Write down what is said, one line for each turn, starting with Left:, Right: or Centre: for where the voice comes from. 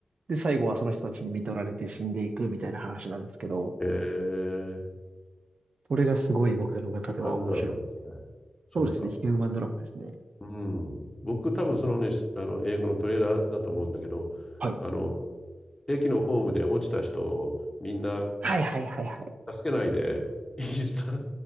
Right: で、最後はその人たちに見取られて死んでいくみたいな話なんですけど、
Left: えー、
Right: それがすごい僕の中では面白く
Left: ヒューマンドラマですね。そうか。
Right: そうですね、ヒューマンドラマですね。
Left: うん。僕、多分そのね、あの英語のトレーラーだと思うんだけど、
Right: はい。
Left: あの、駅のホームで落ちた人をみんな
Right: はいはいはいはい。
Left: 助けないで、<laughs> インスタ